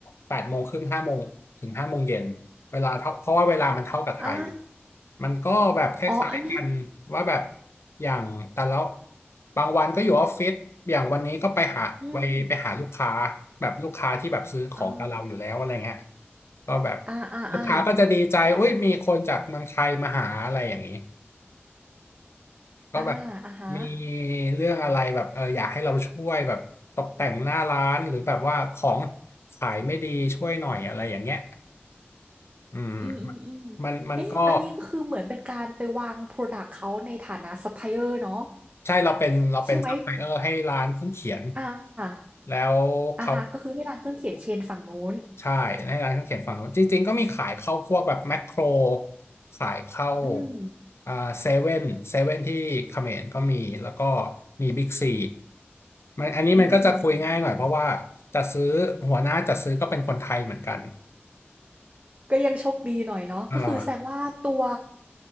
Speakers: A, on the left; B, on the right.
A: แปดโมงครึ่งห้าโมงถึงห้าโมงเย็นเวลาเท่าเพราะว่าเวลามันเท่ากับไทย
B: อ่า
A: มันก็แบบคล้ายๆกันว่าแบบ
B: อ๋ออันนี้
A: อย่างแต่ละบางวันก็อยู่ออฟฟิศอย่างวันนี้ก็ไปหาไปไปหาลูกค้า
B: อืม
A: แบบลูกค้าที่แบบซื้อของกับเราอยู่แล้วอะไรเงี้ย
B: อ่า
A: ก็แบบ
B: อ่าอ่าอ่า
A: ลูกค้าก็จะดีใจอุ้ยมีคนจากเมืองไทยมาหาอะไรอย่างนี้ ก็แบบ
B: อ่าอ่าฮะ
A: มีเรื่องอะไรแบบเอออยากให้เราช่วยแบบตกแต่งหน้าร้านหรือแบบว่าของขายไม่ดีช่วยหน่อยอะไรอย่างเงี้ยอืม
B: อืมอืมอืม
A: มันมันก็
B: เอ๊ะอันนี้ก็คือเหมือนเป็นการไปวางพรอดักต์เขาในฐานะซัพพลายเออร์เนาะ
A: ใช่เราเป็นเราเป็นซัพพลายเออร์ให้ร้านเครื่องเขียน
B: ใช่ไหมอ่า
A: แล้วเขา
B: อาฮะก็คือให้ร้านเครื่องเขียนเชนฝั่งนู้น
A: ใช่ให้ร้านเขาเขียนฝั่งนู้นจริงๆก็มีขายเข้าพวกแบบแมคโครขายเข้า
B: อืม
A: อ่าเซเว่นเซเว่นที่เขมรก็มีแล้วก็มีบิ๊กซีมันอันนี้มันก็จะคุยง่ายหน่อยเพราะว่าจัดซื้อหัวหน้าจัดซื้อก็เป็นคนไทยเหมือนกัน
B: อืมก็ยังโชคดีหน่อยเนาะก็คือแสดงว่าตัว
A: อ่า